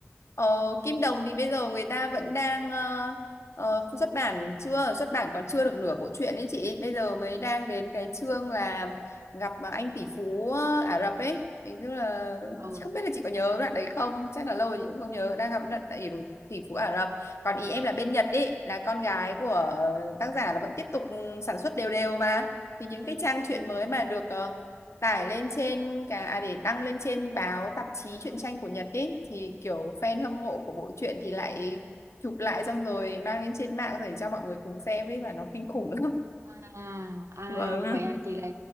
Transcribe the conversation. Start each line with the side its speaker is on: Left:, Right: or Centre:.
Left: Ờ, Kim Đồng thì bây giờ người ta vẫn đang ờ, ờ, xuất bản chưa xuất bản còn chưa được nửa bộ truyện ấy chị bây giờ mới đang đến cái chương là gặp mà anh tỷ phú ờ, Ả Rập ấy Thế tức là
Right: Ừ.
Left: chị không biết là chị có nhớ đoạn đấy không chắc là lâu rồi chị cũng không nhớ đang gặp đoạn tỷ, tỷ phú Ả Rập còn ý em là bên Nhật ấy là con gái của tác giả là vẫn tiếp tục ừ, sản xuất đều đều mà thì những cái trang truyện
Right: Ừ.
Left: mới
Right: ừ.
Left: mà được ờ, tải lên trên cả à, để đăng lên trên báo tạp chí truyện tranh của Nhật ý thì kiểu fan hâm mộ của bộ truyện thì lại chụp lại xong rồi mang lên trên mạng để cho mọi người cùng xem ấy mà nó kinh khủng lắm
Right: À, à
Left: Vâng.
Right: vậy à chị là